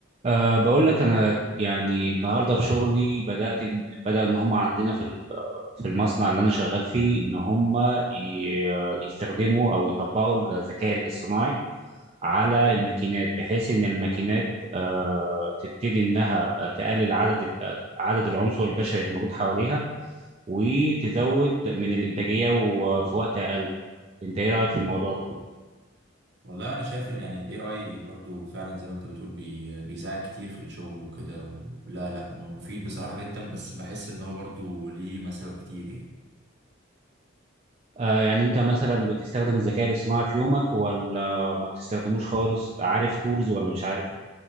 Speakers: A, on the right; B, on the right.
A: أه بقول لك أنا يعني النهاردة في شغلي بدأت بدأ إن هم عندنا في ال- في المصنع اللي أنا شغال فيه إن هم ي- يستخدموا أو يطبقوا الذكاء الاصطناعي على الماكينات بحيث إن الماكينات أه تبتدي إنها تقلل عدد ال- عدد العنصر البشري اللي موجود حواليها وتزود من الإنتاجية وفي وقت أقل أنت إيه رأيك في الموضوع ده؟
B: والله انا شايف ان يعني الاي اي برضو فعلا زي ما انت بتقول بي بيساعد كتير في الشغل وكده لا لا م- مفيد بصراحة جدا بس بحس ان هو برضو ليه مساوئ كتير يعني
A: آه، يعني انت مثلا بتستخدم الذكاء الاصطناعي في يومك ولا ما بتستخدموش خالص عارف تولز ولا مش عارف